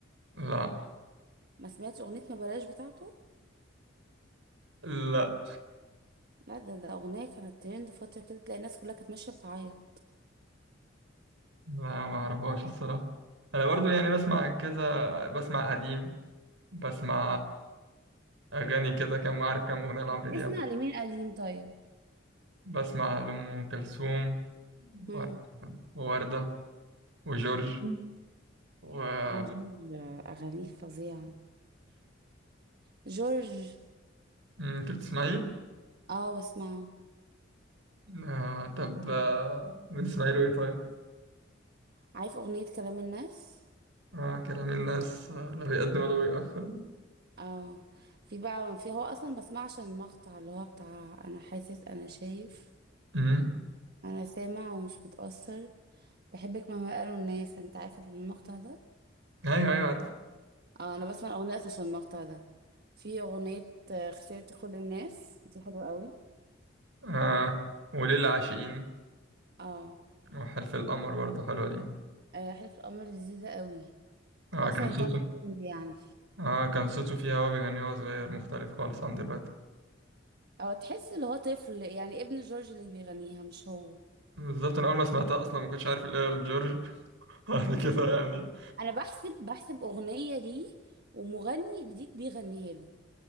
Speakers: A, on the right; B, on the right.
A: لا
B: ما سمعتش أغنية ما بلاش بتاعته
A: لا
B: لا ده ده أغنية كانت ترند فترة كده تلاقي الناس كلها كانت ماشية بتعيط
A: لا ما اعرفهاش الصراحة انا برضو يعني بسمع كذا بسمع قديم بسمع اغاني كده كم عارف كم اغنية لعمرو دياب
B: نسمع لمين قديم طيب
A: بسمع لأم كلثوم
B: مم.
A: و- ووردة وجورج ومين؟
B: عجيب أغانيه فظيعة جورج
A: مم، أنت بتسمعي؟
B: اه بسمعه
A: آه طب آه، بتسمعي له إيه طيب؟
B: عارف أغنية كلام الناس
A: آه كلام الناس آه، لا بيقدم ولا بيأخر
B: اه في بقى في هو أصلا بسمعه عشان المقطع اللي هو بتاع أنا حاسس أنا شايف
A: مم.
B: أنا سامع ومش متأثر بحبك مهما قالوا الناس أنت عارف المقطع ده
A: أيوه أيوه عارف
B: اه أنا بسمع الأغنية أصلا عشان المقطع ده في أغنية آه، خسرت كل الناس دي حلوة قوي
A: آه وليل العاشقين
B: اه
A: وحلف القمر برضه حلوة دي
B: آه، حلف القمر لذيذة قوي
A: آه
B: وأصلا
A: كان صوته
B: طلع كوميدي يعني
A: آه كان صوته فيها وهو بيغني وهو صغير مختلف خالص عن دلوقتي
B: اه تحس اللي هو طفل يعني ابن جورج اللي بيغنيها مش هو
A: بالظبط أنا أول ما سمعتها أصلا ما كنتش عارف اللي هي الجورج <laughs> بعد كده يعني
B: انا بحسب بحسب اغنية دي ومغني جديد بيغنيها له